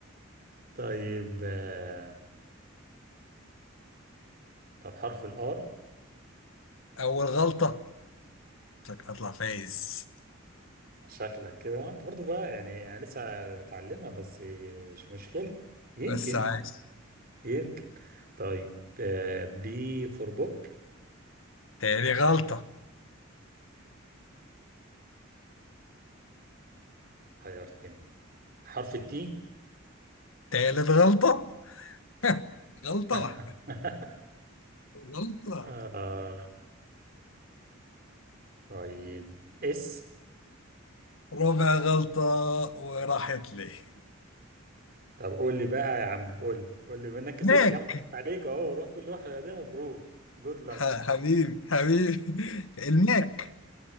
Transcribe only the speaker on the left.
أول غلطة شكلك هطلع فايز
بس عايز
تاني غلطة
تالت غلطة <laughs> غلطة
واحدة غلطة
ربع غلطة وراحت لي
<laughs> ماك
ح- حبيبي حبيبي الماك